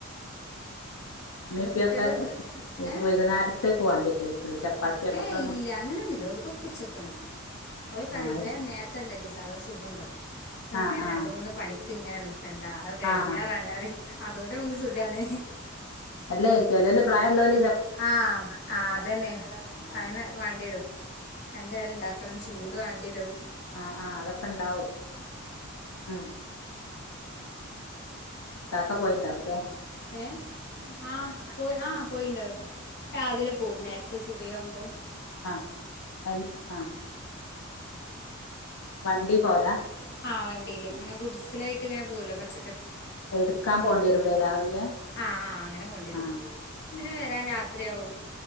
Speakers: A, on the left (about 75°); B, on the left (about 50°).
A: ഇമ്മീം
B: പിന്നെ
A: ഇപ്പിയൊക്കെ
B: കുട്ടികള്
A: ഓൽക്ക്
B: ഏ
A: വൈകുന്നേരത്തേക്ക് വാണ്ടിവരില്ലേക്കുലേ ചപ്പാത്തി അങ്ങനത്തൊന്നും
B: ഏയ് ഇല്ല അങ്ങനെന്നു ചേലോൽക്കൊക്ക ഉച്ചക്കാണ്. ഓലെക്കെ പറിം
A: ആഹ് അത്
B: വേം
A: ശരി
B: നേരത്തെ ഉണ്ടാക്കിചള്ള അതാ സുഖം പറിം
A: ആഹ്
B: ഇങ്ങനെ രണ്ട് മൂന്ന് പണി ക്ക് ഇങ്ങനെ നിക്കണ്ടാ അതൊക്കെടങ്ങാറാണ്
A: ആഹ്
B: പറിം അതോ ണ്ട് മ്മക്ക് സുഖാണ്.
A: അല്ലെ ചേലോൽ പ്രായം ഉള്ളോല്
B: ആ ആ അതെന്നെ അയിന് വാണ്ടിവെരും രണ്ട് നേരം ഇണ്ടാ ചൂട് വാണ്ടിവെരും.
A: ആ ആ അതൊക്കെ ഇണ്ടാവും മം കാക്ക പോയിണ്ടാവുംലെ
B: ഏ ആ പോയി ആ പോയിണ്ടാവും രാവിലെ പോകും നേർത്തെ സുബൈയാവു
A: ആ അൽ ആ വണ്ടി പോവലാ
B: ആ വണ്ടിയില് ഇങ്ങനെ ഗുഡ്‌സ്സിലായിട്ട് ഇങ്ങനെ പോവോലോ പച്ച
A: എടുക്കാൻ പോണ്ടിരുലെ രാവിലെ?
B: ആ ആ അങ്ങനെ പോണ്ടിരും
A: ആഹ്
B: പിന്നെ വെരാൻ രാത്രിയാവും.